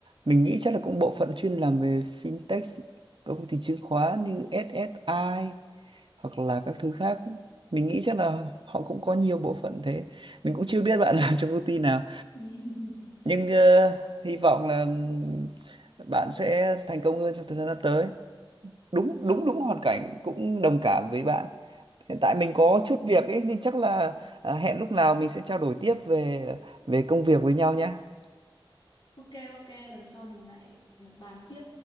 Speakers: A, on the right (about 65°); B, on the left (about 65°).
A: mình nghĩ chắc là cũng bộ phận chuyên làm về fintech, các công ty chứng khoán như SSI hoặc là các thứ khác. Mình nghĩ chắc là họ cũng có nhiều bộ phận thế. Mình cũng chưa biết bạn <laughs> làm trong công ty nào
B: <laughs>
A: nhưng ờ, hy vọng là ừm, bạn sẽ thành công hơn trong thời gian sắp tới đúng đúng đúng hoàn cảnh cũng đồng cảm với bạn hiện tại mình có chút việc ấy nên chắc là à, hẹn lúc nào mình sẽ trao đổi tiếp về về công việc với nhau nhé
B: ok ok lần sau mình lại à, bàn tiếp